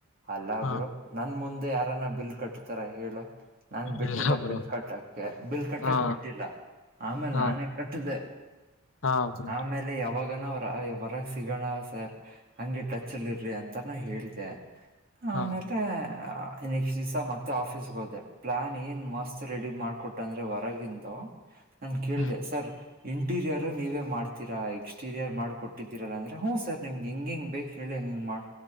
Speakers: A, on the right (about 45°); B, on the left (about 60°).
A: ಅಲ್ಲಬ್ರೋ
B: ಹಾ
A: ನನ್ ಮುಂದೆ ಯಾರನ್ನ ಬಿಲ್ ಕಟ್ತಾರ ಹೇಳು. ನಾನ್ ಬಿಟ್ಟಿಲ್ಲ
B: ಇಲ್ಲ ಬ್ರೋ
A: ಬಿಲ್ ಕಟ್ಟಕ್ಕೆ ಬಿಲ್ ಕಟ್ಟಕ್
B: ಹಾ
A: ಬಿಟ್ಟಿಲ್ಲ ಆಮೇಲ್
B: ಹಾ
A: ನಾನೇ ಕಟ್ಟಿದೆ.
B: ಹಾ ಬ್ರೋ
A: ಆಮೇಲೆ ಯಾವಾಗ. ಆನ ಅವ್ರ ಹೊರಗ ಸಿಗೋಣ ಸರ್ ಹಂಗೆ ಟಚ್ಲ್ಲಿ ಇರ್ರಿ ಅಂತಾನ ಹೇಳ್ದೆ. ಆಮೇಲೆ.
B: ಹಾ
A: ಕ್ಟ್ ದಿವ್ ಮತ್ತೆ ಆಫೀಸ್ಗೆ ಹೋದೆ ಪ್ಲಾನ್ ಏನ್ ಮಸ್ತ್ ರೆಡಿ ಮಾಡ್ಕೊಟ್ಟ ಅಂದ್ರೆ ಹೊರಗಿಂದು. <inaudible> ನನ್ ಕೇಳ್ದ
B: ಹ್ಮ
A: ಸರ್ ಇಂಟೀರಿಯರು ನೀವೇ ಮಾಡ್ತೀರಾ ಎಕ್ಸ್ಟೀರಿಯರ್ ಮಾಡ್ಕೊಟ್ಟಿದ್ದೀರಲ್ಲ ಅಂದ್ರೆ ಹ್. ಸರ್ ನಿಮ್ಗೆ ಹೆಂಗ ಹೆಂಗ್ ಬೇಕ ಹೇಳಿ ಹಂಗಂಗ ಮಾಡ